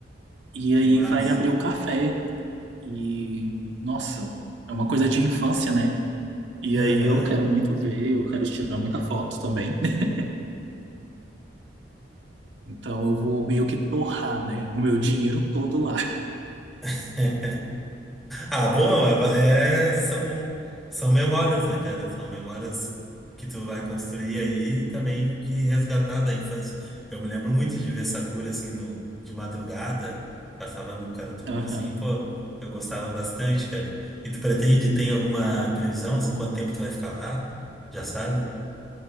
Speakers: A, on the right; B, in the centre.
A: E
B: Que
A: aí
B: massa.
A: vai abrir o café. E, nossa, é uma coisa de infância, né? E
B: Aham.
A: aí eu quero muito ver, eu quero tirar muita foto também. <laughs> Então eu vou meio que torrar, né? O meu dinheiro todo lá.
B: <laughs> Ah, bom, é, são, são memórias, né, cara? São memórias que tu vai construir aí e também de resgatar da infância. Eu me lembro muito de ver Sakura, assim, no, de madrugada, passava no Cartoon,
A: Aham.
B: assim, pô, eu gostava bastante, cara. E tu pretende, tem alguma previsão, assim, quanto tempo tu vai ficar lá? Já sabe?